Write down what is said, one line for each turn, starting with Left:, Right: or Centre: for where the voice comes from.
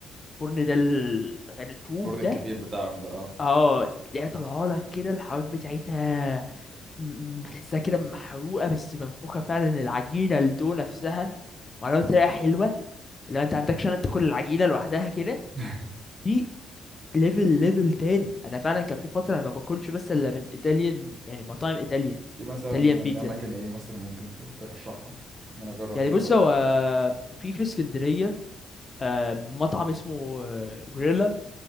Left: الفرن ده الغريب- الطوب
Right: الفرن الكبير
Left: ده
Right: بتاعهم ده اه
Left: اه تلاقيها طالعه لك كده الحواف بتاعتها م- تحسها كده محروقه بس منفوخه فعلا العجينه الدو نفسها معموله بطريقه حلوه لو انت عندكش انا تاكل العجينه لوحدها كده
Right: <laughs>
Left: دي ليفل ليفل تاني انا فعلا كان في فتره انا ما باكلش بس الا من ايطاليان يعني مطاعم ايطاليان
Right: في مثلا
Left: ايطاليان
Right: يعني
Left: بيتزا
Right: اماكن ايه مثلا ممكن ت- ترشحها ان انا اجرب
Left: يعني
Right: فيها
Left: بص
Right: الحوار
Left: هو
Right: ده
Left: في في اسكندريه آه، مطعم اسمه جوريلا